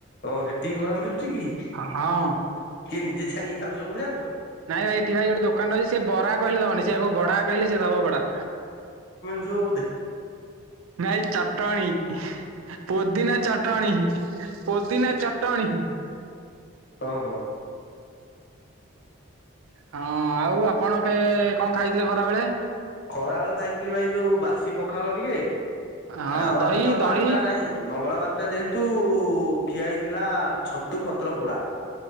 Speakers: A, on the left; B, on the right.
A: ହଁ ସେତିକି ଗରାମ ହେଉଚି କି କିଏ
B: ହଁ
A: ନିଜେ ଛାଣିକି ଖାଉଚ ବୋଧେ ଆଉ।
B: ନାଇଁ ଭାଇ ଏଠି ଭାଇ ଗୋଟେ ଦୋକାନଟା ଅଛି ସେ ବରା କହିଲେ ଦବନି ସେ ଆକୁ ବଡା କହିଲେ ସେ ଦବ ବଡା।
A: ଚୁ ବଧେ?
B: ନାଇଁ ଚଟଣୀ। ପୋଦିନା ଚଟଣି ପୁଦିନା ଚଟଣି।
A: ହଁ ହଁ।
B: ହଁ ଆଉ ଆପଣ କେ କଣ ଖାଇଥିଲେ ଖରା ବେଳେ?
A: ଖରା ଆଳୁକୁ ଖାଇଥିଲି ଭାଇ ଯୋଉ ବାସି ପଖାଳ ଟିକେ।
B: ହଁ
A: ଆଉ
B: ଦହି
A: ଆଜି ତ ବାରୁଟା
B: ଦହି
A: ନାହିଁ ମଙ୍ଗଳବାର ସେଟା ଯେହେତୁ ଖିଆ ହେଇଥିଲା ଛତୁ ପତ୍ର ପୋଡା